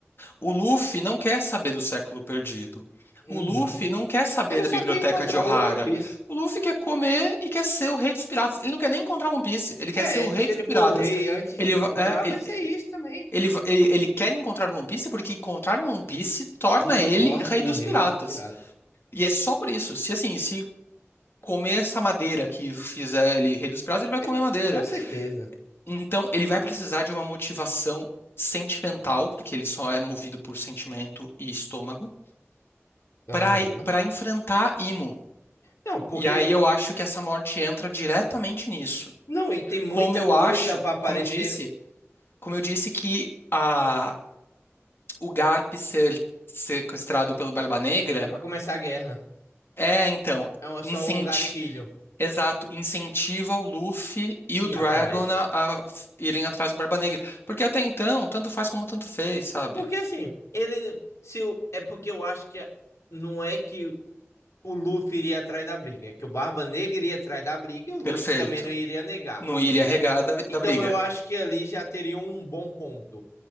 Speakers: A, on the left (about 55°); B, on the left (about 75°).
A: O Luffy não quer saber do século perdido.
B: uhum.
A: O Luffy não quer saber
B: Ele
A: da
B: só
A: biblioteca
B: quer encontrar
A: de Ohara.
B: o One Piece.
A: O Luffy quer comer e quer ser o rei dos piratas. Ele não quer nem encontrar One Piece. Ele quer
B: É,
A: ser o rei
B: se
A: dos
B: ele
A: piratas.
B: for o rei antes
A: Ele,
B: de encontrar,
A: va- é, ele,
B: vai ser isso também.
A: ele, va- ele, ele quer encontrar o One Piece porque encontrar o One Piece torna
B: O
A: ele
B: Thor,
A: rei
B: o
A: dos
B: rei
A: piratas.
B: dos piratas.
A: E é só por isso. Se assim, se comer essa madeira que fizer ele rei dos piratas, ele vai
B: É,
A: comer madeira.
B: com certeza.
A: Então, ele vai precisar de uma motivação sentimental, porque ele só é movido por sentimento e estômago,
B: Aham.
A: para para enfrentar Imo.
B: Não, porque...
A: E aí eu acho que essa morte entra diretamente nisso.
B: Não, e tem muita
A: Como eu
B: coisa
A: acho,
B: para aparecer,
A: como eu disse, como eu disse que a, o Garp ser sequestrado pelo Barba Negra
B: é para começar a guerra.
A: é, então,
B: É só
A: incenti
B: o gatilho
A: exato, incentiva o Luffy e
B: ir
A: o Dragon
B: atrás.
A: a, a f- irem atrás do Barba Negra. Porque até então, tanto faz como tanto fez, sabe?
B: Porque assim, ele. Se, o- é porque eu acho que não é que o Luffy iria atrás da briga, é que o Barba Negra iria atrás da briga e o Luffy
A: Perfeito.
B: também não iria negar.
A: não
B: Ok.
A: iria regar da, da
B: Então
A: briga.
B: eu acho que ali já teria um bom ponto